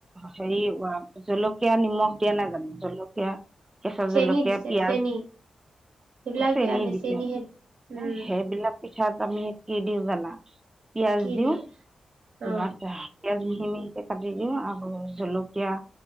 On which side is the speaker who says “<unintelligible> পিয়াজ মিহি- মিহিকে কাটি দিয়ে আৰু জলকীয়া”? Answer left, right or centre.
Right